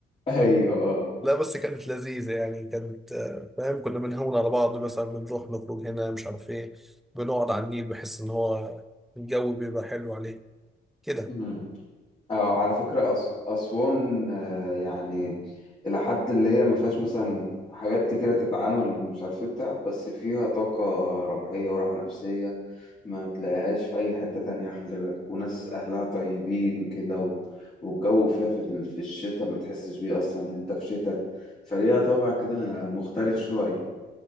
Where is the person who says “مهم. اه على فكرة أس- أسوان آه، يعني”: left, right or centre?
Left